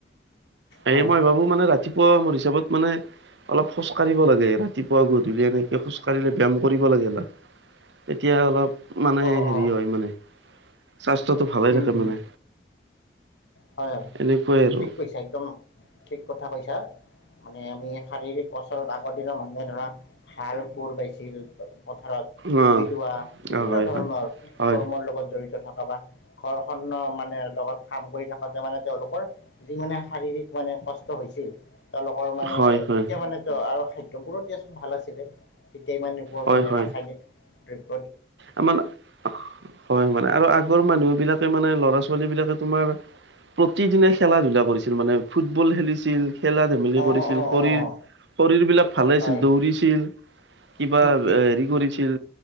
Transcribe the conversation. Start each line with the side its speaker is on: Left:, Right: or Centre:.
Left: হয়
Right: এই মই ভাবো মানে ৰাতিপুৱ পুৱা মোৰ হিচাপত মানে অলপ খোজ কঢ়িব লাগে ৰাতিপুৱা গধূলি এনেকে খোজ কঢ়িলে ব্যায়ম কৰিব লাগে অলপ এতিয়া অলপ মানে
Left: অ
Right: হেৰি
Left: অ
Right: হয় মানে স্বাস্থ্যটো ভাল হয়
Left: উম
Right: থাকে
Left: উম
Right: মানে।
Left: হয়, হয়,
Right: এনেকুৱাই আৰু
Left: ঠিক কৈছা একদম ঠিক কথা কৈছা মানে আমি শাৰীৰিক পচলত আগৰ দিনৰ মানুহে ধৰা হাল কোৰ পাইছিল পথাৰত
Right: অ
Left: ভুই ৰোৱা বিভিন্ন
Right: অ হয়
Left: ধৰণৰ
Right: হয়
Left: কৃষি
Right: হয়
Left: কৰ্মৰ লগত জড়িত থকা বা <unintelligible> মানে লগত কাম কৰি থাকোঁতে মানে তেওঁলোকৰ, যি মানে শাৰীৰিক মানে কষ্ট হৈছিল তেওঁলোকৰ মানে
Right: হয় হয়
Left: তেতিয়া মানে ত আৰু খাদ্যবোৰো দিয়াচোন ভাল আছিলে। তেতিয়া ইমান এনেকুৱা
Right: হয়
Left: মানে
Right: হয়
Left: ৰাসায়নিক দ্য
Right: <unintelligible> হয়, মানে আৰু আগৰ মানুহ বিলাকে মানে ল'ৰা ছোৱালী বিাক বিলাকে তোমাৰ প্ৰতিদিনে খেলা ধূলা কৰিছিল মানে ফুটবল খেলিছিল খেলা ধেমালি
Left: অঁ
Right: কৰিছিল
Left: অঁ
Right: শৰীৰ
Left: অঁ
Right: শৰীৰ বিলাক ভালে
Left: হয়
Right: আছিল দৌৰিছিল। কিবা
Left: ঠিক ঠিক
Right: হেৰি কৰিছিল